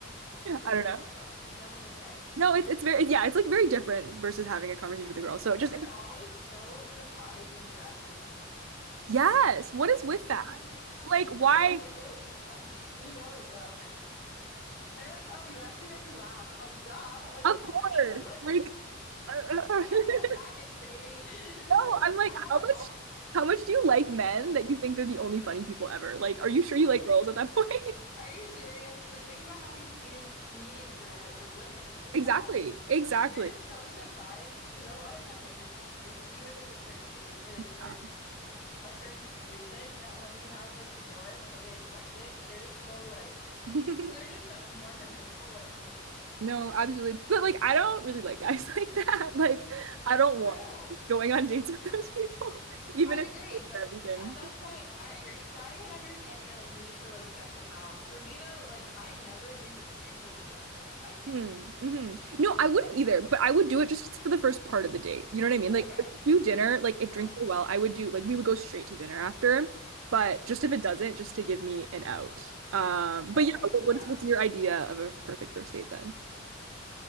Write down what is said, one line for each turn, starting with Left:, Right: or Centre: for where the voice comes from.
Left: It's like,
Right: don't
Left: where
Right: know.
Left: is this going? Nothing to say.
Right: No, it's it's very yeah, it's like very different versus having a conversation with a girl. So just
Left: And they're always so surprised when you're actually funny.
Right: Yes, what is
Left: <laughs>
Right: with
Left: Because
Right: that? Like why?
Left: they don't think that would be funny. You know it though. They're like, oh, you actually make me laugh. And I'm like, duh. Like,
Right: Of
Left: what the
Right: course.
Left: heck?
Right: Like
Left: <laughs> Like,
Right: <laughs>
Left: I'm a full package, baby. <laughs>
Right: No, I'm
Left: Like,
Right: like,
Left: I have
Right: how
Left: it
Right: much
Left: all.
Right: how much do you like men that you think they're the only funny people ever? Like, are you sure you
Left: For-
Right: like girls at that point? <laughs>
Left: Are you serious? Like, think about how many comedian comedians there are. They're women. Like,
Right: Exactly.
Left: come on.
Right: Exactly.
Left: they're just so surprised because a lot of times, as you're saying, like they see you as like a pretty face or like
Right: Yeah.
Left: for a certain reason that when you have like more than what they expected, they're just so like
Right: <laughs>
Left: because they're just such one-dimensional like thinkers sometimes.
Right: No, absolutely. But like I don't really like guys <laughs> like that. Like I don't
Left: For
Right: want
Left: real.
Right: going on dates with those people, <laughs> even
Left: I
Right: if
Left: agree,
Right: it's
Left: but
Right: for everything.
Left: at that point, I agree. So I can understand your like need to like vet them out. For me though, like I never do drinks as a first date. I can't.
Right: Hmm. hmm No, I wouldn't either, but I would do it just for the first part of the date. You know what I mean?
Left: Okay,
Right: Like, I would do dinner, like, if
Left: valid.
Right: drinks go well, I would do, like, we would go straight to dinner after, but just if it doesn't, just to give me an out. Um, but
Left: Okay,
Right: yeah, what,
Left: yeah.
Right: what's, what's your idea of a perfect first date then?